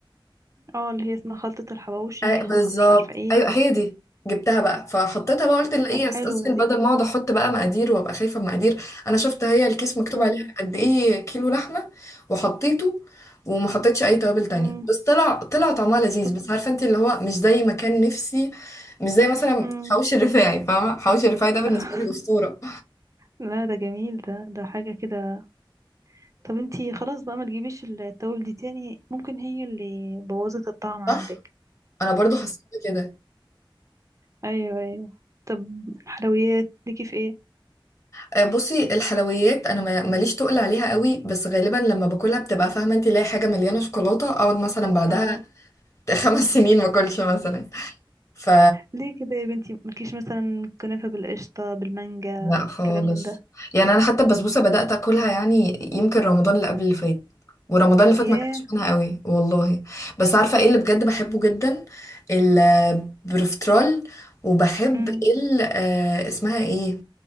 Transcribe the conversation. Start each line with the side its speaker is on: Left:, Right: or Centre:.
Right: اه اللي هي اسمها خلطة الحواوشي
Left: أي-
Right: خلطة
Left: بالظبط
Right: مش عارفة ايه
Left: ايوه هي دي جبتها بقى فحطيتها بقى قلت لا ايه
Right: طب حلوة
Left: استسهل
Right: دي
Left: بدل ما اقعد احط بقى مقادير وابقى خايفه من مقادير انا شفت هي الكيس مكتوب
Right: امم
Left: عليها قد ايه كيلو لحمه وحطيته وما حطيتش اي توابل تانية
Right: امم
Left: بس طلع طلع طعمها لذيذ
Right: طب
Left: بس عارفه انت اللي هو مش زي ما كان نفسي مش زي مثلا
Right: امم
Left: حواوشي الرفاعي فاهمه حواوشي الرفاعي ده بالنسبه
Right: <laughs>
Left: لي اسطوره
Right: لا ده جميل ده ده حاجة كده طب انتي خلاص بقى ما تجيبيش التوابل دي تاني ممكن هي اللي بوظت الطعم عندك
Left: صح انا برضو حسيت كده
Right: ايوه ايوه طب حلويات ليكي في ايه
Left: آه، بصي الحلويات انا ما- ماليش تقل عليها قوي بس غالبا لما باكلها بتبقى فاهمه انت لاقي حاجه مليانه شوكولاته اقعد مثلا بعدها
Right: اه
Left: <laughs> خمس سنين ما اكلش مثلا ف
Right: ليه كده يا بنتي مالكيش مثلا كنافة بالقشطة بالمانجا
Left: لا خالص
Right: كلام من ده
Left: يعني انا حتى البسبوسه بدات اكلها يعني يمكن رمضان اللي قبل اللي فات ورمضان اللي فات
Right: ياه
Left: ما كانتش منها قوي والله بس عارفه ايه اللي بجد بحبه جدا البروفترول وبحب
Right: امم
Left: ال آه، اسمها ايه